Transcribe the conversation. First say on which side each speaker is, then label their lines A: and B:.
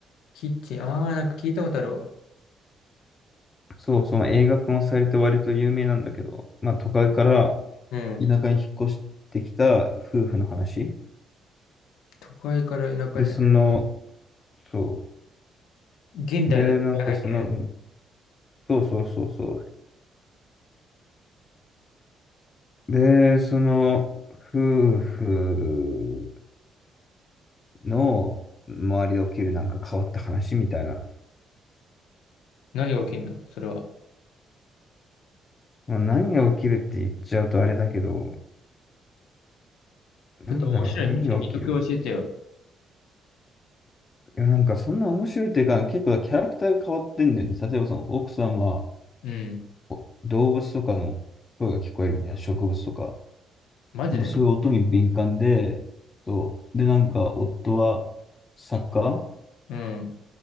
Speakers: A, on the left; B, on the left.
A: キッチン。ああ、なんか聞いたことあるわ。
B: そう、その映画化もされて割と有名なんだけど、まあ都会から
A: うん。
B: 田舎に引っ越してきた夫婦の話。
A: 都会から田舎に。
B: で、その、そ
A: 現代の時代背景。
B: う。で、なんかその、そうそうそうそう。で、その、夫婦の周りで起きるなんか変わった話みたいな。
A: 何が起きんのそれは。
B: まあ、何が起きるって言っちゃうとあれだけど、なんだろう、
A: ちょっと面白い見て、
B: 何が起きる
A: 魅力を教えてよ。
B: いや、なんかそんな面白いっていうか、結構キャラクターが変わってんだよね。例えばその奥さんは
A: うん。
B: お動物とかの声が聞こえるみたいな、植物とか。
A: マジで
B: もうそういう音に敏感で、そう。で、なんか、夫は作家
A: うん。